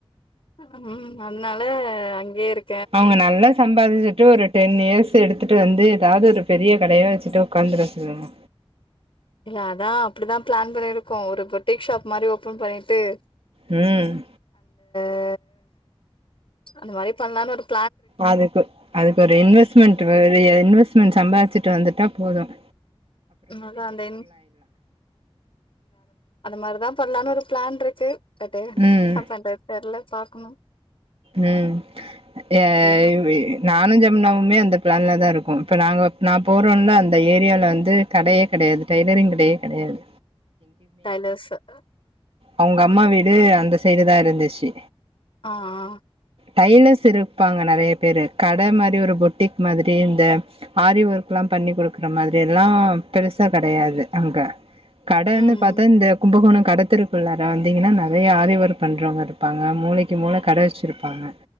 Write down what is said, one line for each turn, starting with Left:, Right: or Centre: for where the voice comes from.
Left: ம் அதுனால அங்கேருக்
Right: அவுங்க நல்லா சம்பாதிச்சுட்டு ஒரு டென் இயர்ஸ் சு எடுத்துட்டு வந்து ஏதாவுது ஒரு பெரிய கடையா வச்சுட்டு உக்காந்துர சொல்லங்க
Left: இல்ல அதான் அப்டிதான் பிளான் பண்ணியிருக்கோம் ஒரு பொட்டீக் ஷாப் மாதிரி ஓபன் பண்ணிட்டு
Right: ம்
Left: ஆ அந்த மாதிரி பண்ணலானு இருக்
Right: அதுக்கு அதுக்கு ஒரு இன்வஸ்மெண்ட்டு மாரி இன்வஸ்மெண்ட் சம்பாரிச்சு ட்டு வந்துட்டா போதும்
Left: அதா அந்த என் அத மார்தா பண்லானு ஒரு பிளான் இருக்கு கட்டு என்ன
Right: ம்
Left: பண்றது தெர்ல பாக்குனும்
Right: ம் ய
Left: ம்
Right: நானு ஜப் இன்னமு மே அந்த பிளான்ல தான் இருக்கும் இப்ப நாங்க நா போறோம்ல அந்த ஏரியால வந்து கடையே கெடயாது டைய்லரிங் கடையே கெடயாது
Left: டைலர்ஸ் ஆ
Right: அவுங்க அம்மா வீடு அந்த சைய்டு தான் இருந்துச்சு
Left: ஆ ஆ
Right: டைலர்ஸ் இருப்பாங்க நெறைய பேரு கட மாதிரி ஒரு பொட்டீக் மாதிரி இந்த ஆரி ஒர்க்லா பண்ணி குடுக்குற மாதிரிலா பெருசா கெடையாது அங்க கடன்னு
Left: ம் ம்
Right: பாத்தா இந்த கும்பகோணம் கடத்தெரு குள்ளார வந்தீங்கன்னா நெறைய ஆரிஒர்க் பண்றவங்க இருப்பாங்க மூலைக்கு மூல கட வச் சிருப்பாங்க